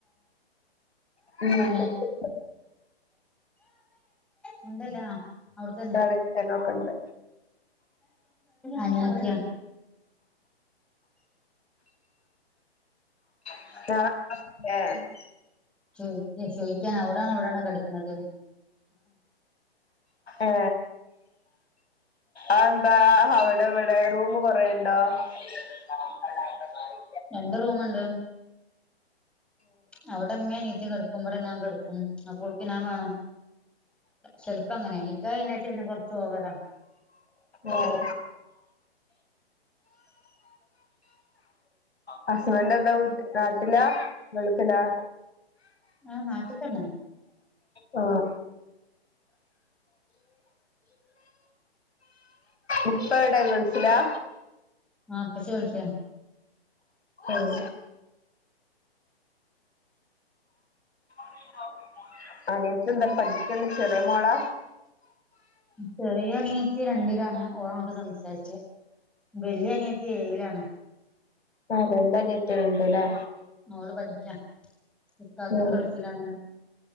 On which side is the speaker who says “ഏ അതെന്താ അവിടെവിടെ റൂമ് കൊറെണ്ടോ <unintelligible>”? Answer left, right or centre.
Left